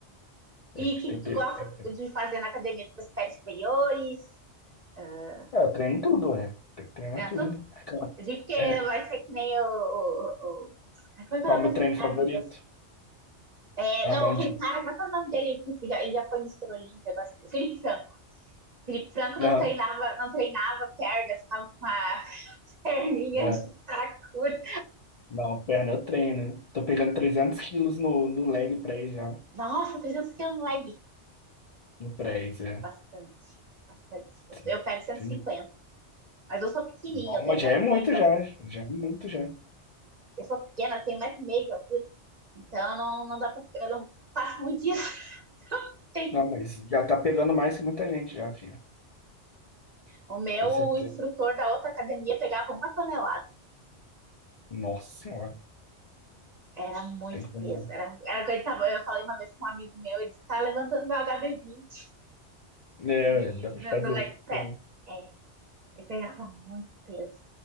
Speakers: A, on the left; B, on the right.
A: é
B: E
A: porque
B: o que,
A: tem...
B: que tu
A: pe-
B: gosta
A: tem- tem-
B: de fazer na academia? Tu faz séries superiores? Uh,
A: É, eu treino tudo, é. Tem que treinar
B: treina
A: tudo,
B: tudo?
A: né? <laughs>
B: Eu digo porque
A: É,
B: vai ser que nem o. o, o... Ai, como é que
A: qual
B: é o nome
A: é o meu
B: daquele
A: treino
B: cara,
A: favorito?
B: meu Deus? É,
A: Ramon
B: não, aquele
A: Dias.
B: cara, como é que é o nome dele? Que já, ele já foi Mister Olímpia. Agora... Felipe Franco. Felipe Franco não
A: Aham.
B: treinava, não treinava perna, ficava com uma <laughs> perninha
A: É,
B: de saracura.
A: não, perna eu treino. Tô pegando 300 quilos no, no leg press já.
B: Nossa, 300 quilos leg.
A: No press, é.
B: Bastante, bastante. Eu,
A: Sim.
B: eu pego 150.
A: Sim.
B: Mas eu sou pequenininha,
A: Bom,
B: eu tenho
A: mas
B: 15
A: já é muito
B: meio de
A: já.
B: altura.
A: Já é muito já.
B: Eu sou pequena, eu tenho 15 meio de altura. Então, não, não dá pra, eu não faço muito isso. <laughs>
A: Não, mas já tá pegando mais que muita gente já, filha.
B: O meu
A: Com certeza.
B: instrutor da outra academia pegava uma tonelada.
A: Nossa senhora,
B: Era muito
A: tem como
B: peso. Era, era que ele tava, eu falei uma vez com um amigo meu, ele disse, tá levantando meu HB20
A: não. É,
B: e,
A: dá pra
B: no,
A: fazer.
B: no leg press.
A: Tem.
B: É, ele pegava muito peso.